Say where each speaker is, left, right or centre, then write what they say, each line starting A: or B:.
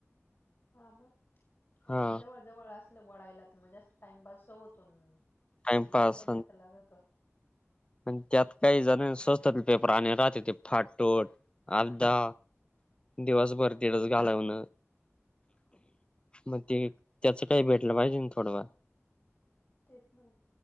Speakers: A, on the left; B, on the left.
A: हा मग
B: हा
A: जवळ जवळ असलं वळायला तर मगजत टाइमपास होतो
B: टाइमपास
A: डिझेल ला जास्त लागलत
B: आणि त्यात काही जण स्वचतात पेपर आणि राहते ते फाट टोट अधा दिवसभर दिडस घालवण मग ते त्याच काही भेटलं पाहिजे ना थोडं व
A: तेच द